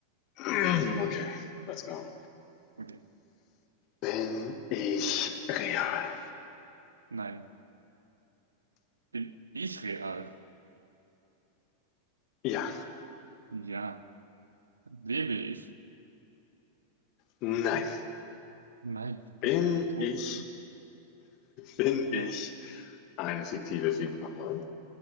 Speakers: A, on the left; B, on the right.
A: <clears throat> Okay, let's go.
B: Okay.
A: Bin ich real?
B: Nein. Bin ich real?
A: Ja.
B: Ja. Lebe ich?
A: Nein.
B: Nein.
A: Bin
B: Okay, ich bin tot.
A: ich, bin
B: Ja,
A: ich eine fiktive Figur?